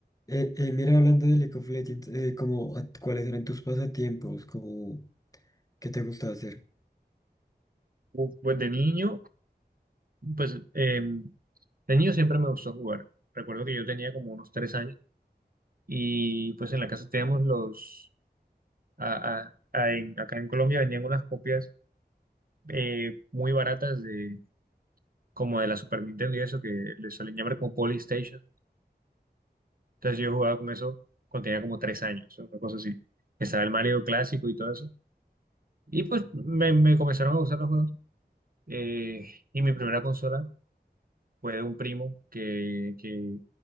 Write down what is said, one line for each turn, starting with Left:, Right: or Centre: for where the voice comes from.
Left: Eh, eh, mira, hablando de League of Legends, eh, como, a- ¿cuáles eran tus pasatiempos? Como, ¿qué te gustaba hacer?
Right: Uf, Pues de niño, pues em, de niño siempre me gustó jugar. Recuerdo que yo tenía como unos tres años. Y pues en la casa teníamos los, a- a- a- en- acá en Colombia vendían unas copias eh, muy baratas de, como de la Super Nintendo y eso, que le suelen llamar como Polystation. Entonces yo jugaba con eso cuando tenía como tres años, una cosa así. Estaba el Mario clásico y todo eso. Y pues me, me comenzaron a gustar los juegos. Eh, y mi primera consola fue de un primo que, que,